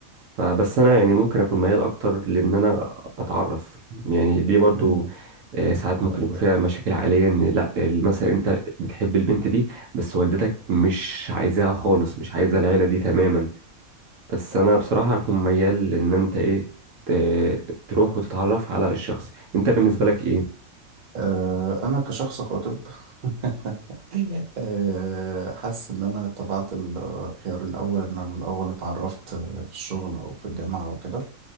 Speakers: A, on the right (about 70°); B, on the right (about 40°).
A: ف- بس انا يعني ممكن اكون ميال اكتر لان انا اتعرف يعني دي برضو
B: مم.
A: آه، ساعات ممكن يكون فيها مشاكل عائليه ان لا مثلا انت بتحب البنت دي بس والدتك مش عايزاها خالص مش عايزه العيله دي تماما بس انا بصراحه اكون ميال لان انت ايه ت- تروح وتتعرف على الشخص انت بالنسبه لك ايه
B: آه، أنا كشخص خاطب <laughs> آه، حاسس إن أنا اتبعت الخيار الأول إن أنا الأول اتعرفت في الشغل أو في الجامعة أو كده